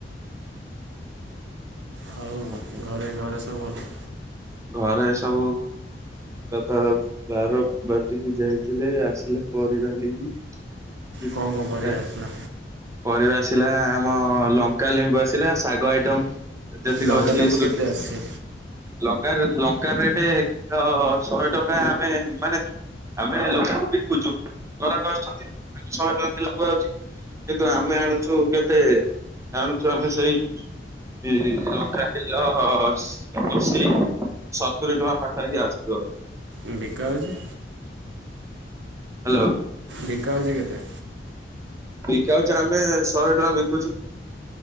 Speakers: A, on the right; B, on the right.
A: ହଁ ଆଉ
B: ଉଁ ହୁଁ।
A: ଘରେ ଘରେ ସବୁ ଭଲ।
B: ଘରେ ସବୁ ବାପା ବାରବାଟିକି ଯାଇଥିଲେ ଆସିଲେ ପରିବା ନେଇକି। <unintelligible>
A: କଣ କଣ ପରିବା ଆସିଲା
B: ପରିବା ଆସିଲା ଆମ ଲଙ୍କା ଲେମ୍ବୁ ଆସିଲା, ଶାଗ ଆଇଟମ ଯେତିକି
A: ଲଙ୍କା
B: ଅଛି
A: ଲେମ୍ବୁ
B: ସୁ
A: କେତେ ଆସିଛି
B: ଲଙ୍କା ଲଙ୍କା ରେଟ୍ କିଲ ଶହେ ଟଙ୍କା ଆମେ ମାନେ ଆମେ ଲୋକଙ୍କୁ ବିକୁଚୁ ଗରାକ ଆସୁଛନ୍ତି ତାଙ୍କୁ ଶହେ ଟଙ୍କା କିଲୋ କୁହାଯାଉଛି। କିନ୍ତୁ ଆମେ ଆଣୁଛୁ କେତେ ଆଣୁଛୁ ଆମେ ସେଇ ଏ ଲଙ୍କା କିଲ ସେ ସତୁରି ଟଙ୍କା ପାଖାପାଖି ଆସୁଥିବ।
A: ଏ ବିକା ହଉଛି
B: ହାଲୋ।
A: ବିକା ହଉଛି କେତେ?
B: ବିକା ହଉଚି ଆମେ ଶହେ ଟଙ୍କା ବିକୁଛୁ।